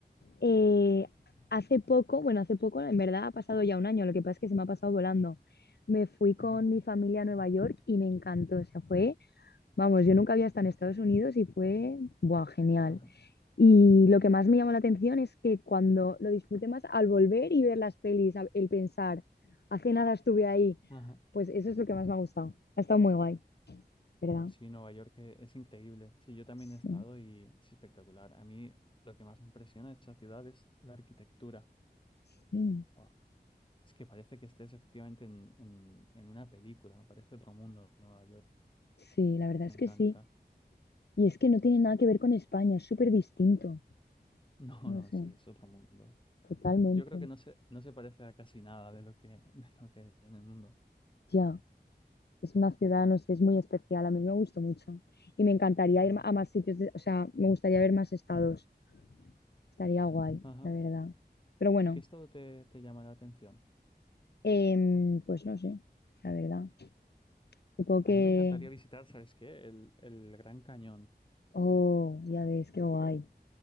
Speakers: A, on the left; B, on the left.
A: Eh, hace poco, bueno, hace poco, en verdad ha pasado ya un año, lo que pasa es que se me ha pasado volando. Me fui con
B: Ujú.
A: mi familia a Nueva York y me encantó, o sea, fue, vamos, yo nunca había estado en Estados Unidos y fue, buah, genial.
B: Ajá.
A: Y lo que más me llamó la atención es que cuando lo disfruté más al volver y ver las pelis, a- el pensar, hace nada estuve ahí,
B: Ajá.
A: pues eso es lo que más me ha gustado. Ha estado muy guay, ¿verdad?
B: Oh, sí, Nueva York eh, es increíble. Sí, yo también
A: Sí,
B: he estado y es espectacular. A mí lo que más me impresiona de esa ciudad es la arquitectura.
A: sí.
B: Buah, es que parece que estés efectivamente en, en, en una película. Parece otro mundo Nueva York.
A: Sí, la verdad
B: Me
A: es
B: encanta.
A: que sí.
B: <laughs>
A: Y es que no tiene nada que ver con España, es súper distinto.
B: No,
A: No
B: no,
A: sé,
B: sí, es otro mundo.
A: totalmente.
B: Yo creo que no se, no se parece a casi nada de lo que, <laughs> de lo que hay en el mundo.
A: Ya, es una ciudad, no sé, es muy especial. A mí me gustó mucho. Y me encantaría
B: Ajá.
A: ir a más sitios, de- o sea, me gustaría ver más estados. Estaría guay,
B: Ajá.
A: la verdad. Pero bueno,
B: ¿Qué estado te, te llama la atención?
A: em, pues no sé, la verdad. Supongo que...
B: A mí me encantaría visitar, ¿sabes qué? El, el Gran Cañón.
A: Oh, ya ves, qué guay.